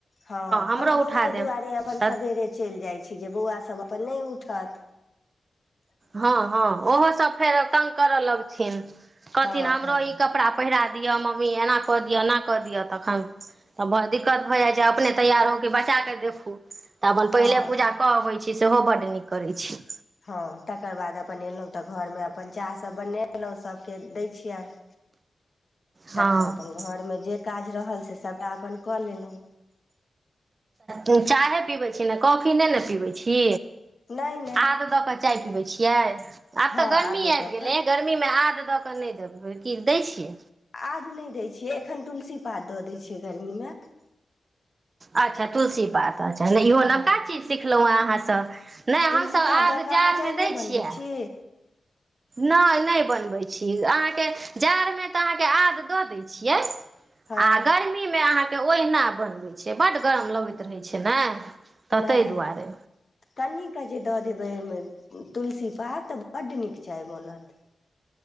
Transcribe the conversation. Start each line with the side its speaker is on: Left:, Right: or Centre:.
Left: हँ हम
Right: हमरो
Left: बौए
Right: उठा
Left: दुआरे
Right: देब
Left: अपन
Right: तऽ
Left: सबेरे चलि जाइ छी जे बौआ सब अपन नहि उठात
Right: हँ हँ ओहो सब फेर तंग करऽ लगथिन कहथिन
Left: हँ
Right: हमरो
Left: हँ
Right: ई कपड़ा पहिरा य मम्मी एना कऽ दिय एना कऽ दियअ तखन त दिक्कत भऽ जाइ छै अपने तैयार होके बच्चा के देखू तऽ अपन
Left: हँ
Right: पहिले पूजा कऽ अबै छी सेहो बड्ड नीक करै छी
Left: हँ तकर बाद अपन एलहुँं तऽ घरमे अपन चाह सभ बनेलहुँ सभके दै छियनि
Right: हँ
Left: तखन अपन घरमे जे काज रहल से सभटा अपन कऽ लेलहुँ
Right: तऽ चाहे पीबैत छी ने कॉफी नहि ने पिबैत छी
Left: नहि नहि
Right: आद दऽ कऽ चाय पीबै छियै आब
Left: हँ
Right: तऽ गर्मी
Left: आदे दऽ
Right: आबि गेलै
Left: कऽ
Right: गर्मी मे आ दऽ क नहि देब की दै छियै
Left: आद नहि दै छियै एखन तुलसी पात दऽ दै छियै गर्मीमे
Right: अच्छा तुलसी पात अच्छा नहि इहो
Left: हँ
Right: नवका चीज सिखलहुँ हेँ अहाँसँ नहि
Left: तुलसी
Right: हमसभ
Left: पात
Right: आद
Left: दऽ कऽ
Right: जाड़मे
Left: अहाँ चाय नहि
Right: दै
Left: बनबै
Right: छियै
Left: छी
Right: नहि नहि बनबैत छी अहाँके जाड़मे तऽ अहाँके आद दऽ दैत छियै
Left: हँ
Right: आ गर्मीमे अहाँके ओहिना बनबैत छै बड्ड गरम लगैत रहैत छै ने तऽ
Left: नहि
Right: ताहि दुआरे
Left: कनि कह जे दऽ देबै ओहिमे तुलसी पात तऽ बड्ड नीक चाय बनत